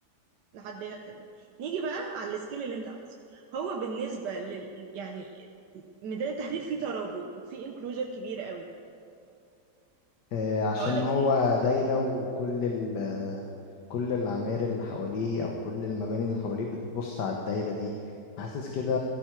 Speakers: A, on the right (about 80°); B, on the left (about 85°).
A: لحد هنا تمام نيجي بقى على السكيل اللي انت عايزه هو بالنسبه لل يعني ميدان التحرير فيه ترابط وفيه انكلوجر كبير قوي
B: آه عشان
A: هقول لك
B: هو
A: ليه
B: دايرة وكل ال كل العماير اللي حواليه أو كل المباني اللي حواليه بتبص على الدايرة دي حاسس كده